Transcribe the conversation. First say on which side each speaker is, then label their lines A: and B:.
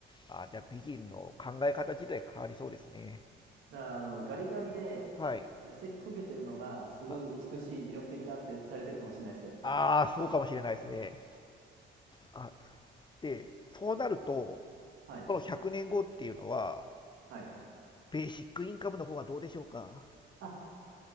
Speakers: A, on the left; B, on the right.
A: ああ、じゃあ美人の考え方自体変わりそうですね。
B: だから、あの、ガリガリで、
A: はい。
B: 痩せこけてるのが、すごい美しい、
A: ま
B: 魅力的だってされてるかもしれないですよ。
A: ああ、そうかもしれないですね。あ、で、そうなると、
B: はい。
A: この100年後っていうのは、
B: はい。
A: ベーシックインカムの方がどうでしょうか。
B: あ、